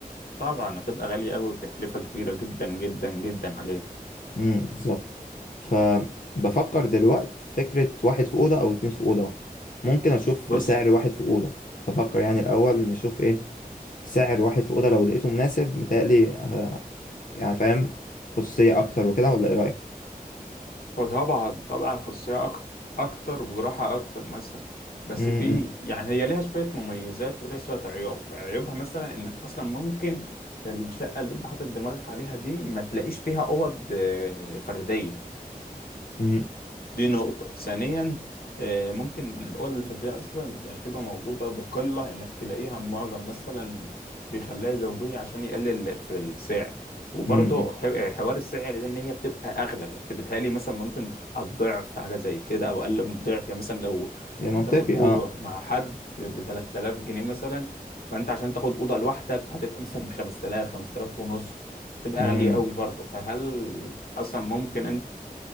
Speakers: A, on the left; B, on the left.
A: طبعا هتبقى غالية أوي وتكلفة كبيرة جدا جدا جدا عليك.
B: امم بالظبط فبفكر دلوقت فكرة واحد في أوضة أو اتنين في أوضة بقى. ممكن أشوف
A: بص
B: سعر واحد في أوضة بفكر يعني الأول نشوف إيه سعر واحد في أوضة لو لقيته مناسب متهيألي آه، يعني فاهم خصوصية أكتر وكده ولا إيه رأيك؟
A: وطبعا طبعا خصوصية أكتر أكتر وجراحة أكتر مثلا بس
B: امم
A: في يعني هي ليها شوية مميزات وليها شوية عيوب عيوبها مثلا إنك أصلا ممكن الشقة اللي أنت حاطط دماغك عليها دي ما تلاقيش فيها أوض آه، فردية
B: امم
A: دي نقطة ثانيا آه، ممكن الأوض الفردية أصلا يعني تبقى موجودة بقلة إنك تلاقيها معظم مثلا بيخليها زوجية عشان يقلل في السعر وبرضه
B: امم امم، امم.
A: ح- آه، حوار السعر ده إن هي بتبقى أغلى يعني بتهيألي مثلا ممكن بتبقى الضعف حاجة زي كده أو أقل من الضعف يعني مثلا لو
B: يا منطقي
A: هتاخد أوضة
B: أه
A: مع حد ب 3000 جنيه مثلا فأنت عشان تاخد أوضة لوحدك هتبقى مثلا ب 5000 5000 ونص تبقى
B: امم
A: غالية قوي برضه فهل أصلا ممكن